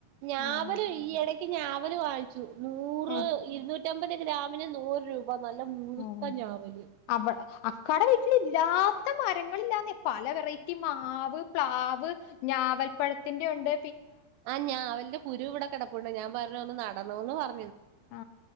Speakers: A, on the right; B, on the left.
A: ഞാവല്
B: ആഹ്
A: ഈയെടെ ഞാവൽ വാങ്ങച്ചു മൂ
B: ആഹ്
A: ഇര്ന്നൂ നുറ്റമ്പത് ഗ്രമിന് നൂറ് രൂ അപ്പ നല്ല മുഴുത്ത
B: ആഹ്
A: ഞാവല്
B: അവ അക്കാടെ വീട്ടില്ഇല്ലാത്ത മരങ്ങളില്ലാന്നെ പല വെറൈറ്റി മാവ് പ്ലാവ് ഞാവൽപ്പഴത്തിന്റെ ഒണ്ട്
A: ആ ഞാവൽന്റെ കുരു ഇവ്ടെ കെട പ്പുണ്ട് ഞാൻ പറഞ്ഞു ഒന്ന് നടന്നോന്ന് പറ
B: ആ